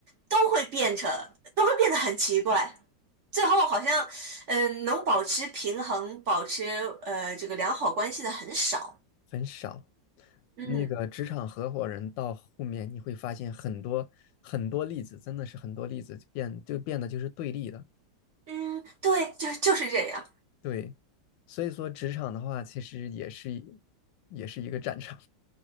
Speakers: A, on the right; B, on the left.
A: 都会变成都会变得很奇怪。最后好像，嗯、呃，能保持平衡、保持呃这个良好关系的很少。
B: 很少。
A: 嗯
B: 那个职场合伙人到后面你会发现很多很多例子，真的是很多例子就变就变得就是对立的，
A: 嗯，对，就就是这样。
B: 对。所以说职场的话，其实也是一也是一个战场。